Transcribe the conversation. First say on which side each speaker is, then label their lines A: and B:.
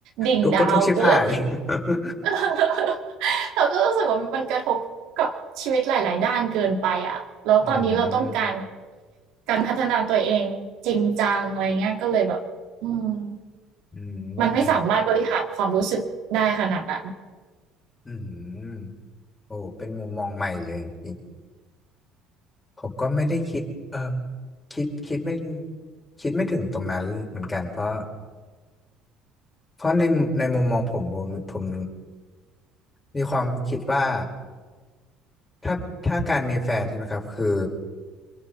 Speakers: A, on the right; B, on the left.
A: ดิ่งดาวเกิน
B: ทุกข์ก็ทุกข์ชิบหาย <laughs>
A: <laughs> เราก็รู้สึกว่ามันกระทบกับชีวิตหลายๆด้านเกินไปอ่ะแล้วตอนนี้เราต้องการ
B: อืม
A: การพัฒนาตัวเองจริงจังอะไรเงี้ยก็เลยแบบอืม
B: อืม
A: มันไม่สามารถบริหารความรู้สึกได้ขนาดนั้น
B: อืม โอ้เป็นมุมมองใหม่เลยอีกผมก็ไม่ได้คิดเออคิดคิดไม่คิดไม่ถึงตรงนั้นเหมือนกัน เพราะเพราะในในมุมมองผมผมผม มีความคิดว่าถ้าถ้าการมีแฟนใช่ไหมครับ คือ